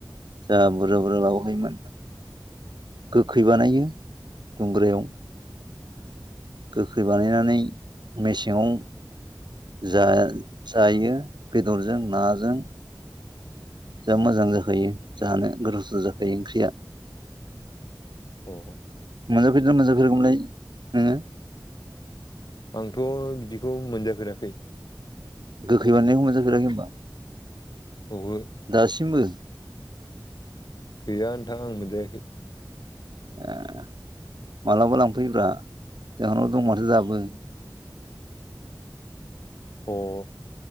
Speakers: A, on the right; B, on the left.
A: जा बुरजा-बुरजा लाबोखायोमोन। गोखै बानायो दुंग्रायाव। गोखै बानायनानै मेसेङाव जा जायो बेदरजों नाजों। जा मोजां जाखायो जानो गोथावथार जाखायो ओंख्रिया।
B: औ औ
A: मोनजाफेरदोंना मोनजाफेराखैमोनलाय नोङो?
B: आंथ' बिदिखौ मोनजाफेराखै।
A: गोखै बानायनायखौ मोनजाफेराखै होनबा?
B: ओहो
A: दासिमबो?
B: गैया नोंथां आं मोनजायाखै।
A: ए मालाबा लांफैब्रा जोंहानाव दं माथो दाबो।
B: अ'